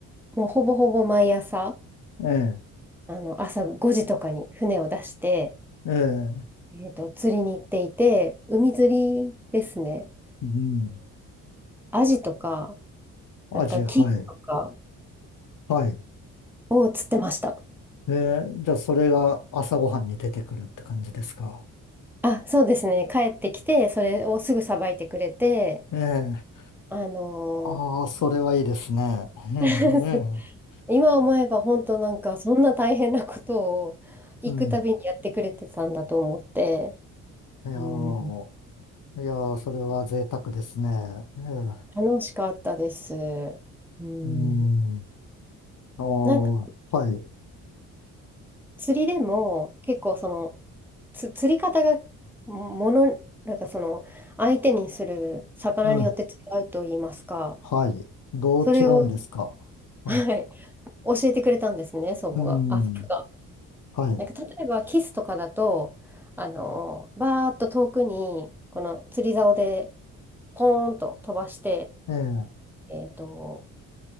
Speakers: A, in the centre; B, on the left.
A: もうほぼほぼ毎朝、
B: え
A: あの、朝5時とかに船を出して、
B: え、ええ、
A: えっと、釣りに行っていて、海釣りですね。
B: うん。
A: アジとか、
B: アジア、
A: なんかキえスとか
B: はい。はい。
A: を釣ってました。
B: ええ、じゃあそれが朝ごはんに出てくるって感じですか
A: あ、そうですね。帰ってきて、それをすぐさばいてくれて、
B: ええ、
A: あの
B: ああ、それはいいですね。ええ、
A: ー <laughs>
B: ええ
A: 今思えば本当なんかそんな大変なことを行くたびにやってくれてたんだと思って、
B: うん。いやー、
A: うん、
B: いやー、それは贅沢ですね。ええ
A: 楽しかったです。うん、
B: うん。あー、
A: なんか
B: はい。
A: 釣りでも結構そのつ釣り方がもの、なんかその相手にする魚によって違うと言いますか。
B: うん。はい。どう違うんですかはい。
A: それを、はい、教えてくれたんですね、祖母が。
B: うん。
A: あ、祖父が。
B: はい。
A: なんか例えばキスとかだと、あの、バーっと遠くに、この釣り竿でポーンと飛ばして、
B: ええ
A: えっと、